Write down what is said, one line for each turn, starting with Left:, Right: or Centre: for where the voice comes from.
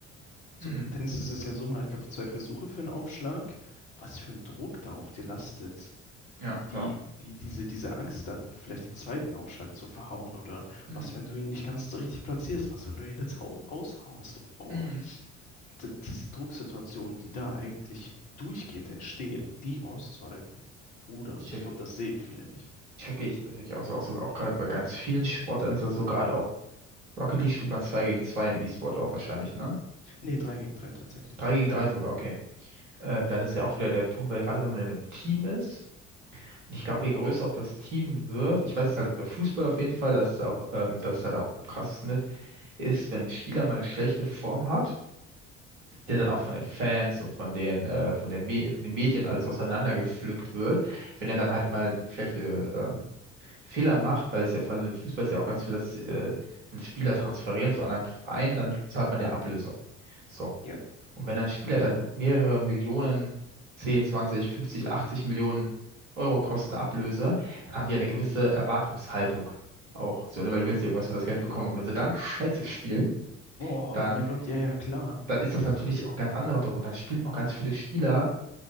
Left: So,
Right: Mhm.
Left: und beim Tennis ist es ja so, man hat, glaube ich, zwei Versuche für einen Aufschlag. Was für ein Druck da auf dir lastet.
Right: Ja, klar.
Left: Die, die, diese, diese Angst dann, vielleicht den zweiten Aufschlag zu verhauen oder
Right: Mhm.
Left: was, wenn du ihn nicht ganz so richtig platzierst, was, wenn du ihn jetzt hau- aushaust. Oh,
Right: Mhm.
Left: d- diese Drucksituationen, die da eigentlich durchgehend entstehen, die auszuhalten. Bruder,
Right: Check
Left: ich glaube,
Right: ich.
Left: das sehen viele nicht.
Right: Check ich. Also ich auch, so- auch, so, auch gerade bei ganz vielen Sportarten ist das so gerade auch. Rocket League spielt man 2 gegen 2 im E-Sport auch wahrscheinlich, ne?
Left: Nee, drei gegen drei tatsächlich.
Right: drei gegen 3 sogar, okay. Ähm, dann ist ja auch wieder der Punkt, weil gerade wenn man in einem Team ist, und ich glaube, je größer auch das Team wird, ich weiß es halt bei Fußball auf jeden Fall, das ist auch, ähm, das ist halt auch am krassesten mit, ist, wenn ein Spieler mal eine schlechte Form hat, der dann auch von den Fans und von den, äh, von der Me von den Medien alles auseinandergepflückt wird, wenn
Left: Oh,
Right: er dann halt mal schlechte ähm, Fehler macht, weil es ja vor allem im Fußball ist ja auch ganz viel, dass äh, wenn Spieler transferieren zu anderen Vereinen, dann zahlt man ja Ablöse. So.
Left: ja.
Right: Und wenn ein Spieler dann mehrere Millionen, 10, 20, 50, 80 Millionen Euro kosten Ablöse, dann haben die eine gewisse Erwartungshaltung auch. So, ne? Weil du willst ja irgendwas für das Geld bekommen. Und wenn sie dann Scheiße spielen,
Left: Oh,
Right: dann
Left: oh mein Gott, ja, ja, klar.
Right: dann ist das natürlich auch ganz anderer Druck und dann spielen auch ganz viele Spieler